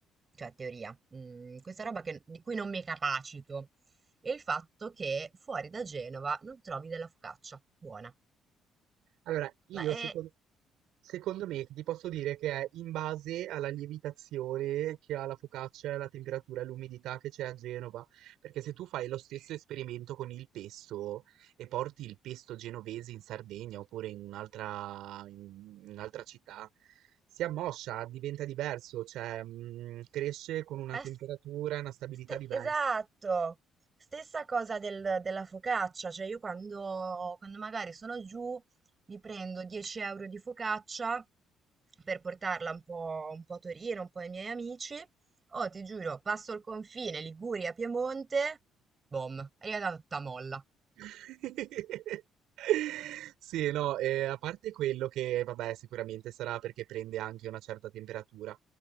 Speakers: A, on the right (about 35°); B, on the right (about 75°).
A: Cioè teoria, mm, questa roba che- di cui non mi capacito, è il fatto che fuori da Genova non trovi della focaccia buona.
B: Allora, io
A: Ma è
B: secondo Secondo me ti posso dire che è in base alla lievitazione che ha la focaccia, la temperatura e l'umidità che c'è a Genova, perché se tu fai lo stesso esperimento con il pesto e porti il pesto genovese in Sardegna oppure in un'altra in un'altra città, si ammoscia, diventa diverso, cioè mm, cresce con una
A: Ma
B: temperatura
A: s-
B: e una stabilità
A: ste-
B: diversa.
A: esatto, stessa cosa del- della focaccia, cioè io quando, quando magari sono giù mi prendo 10 euro di focaccia per portarla un po', un po' a Torino, un po' ai miei amici, oh ti giuro, passo il confine Liguria, Piemonte, boom, è arrivata tutta molla.
B: <laughs> Sì, no, eh, a parte quello che, vabbè, sicuramente sarà perché prende anche una certa temperatura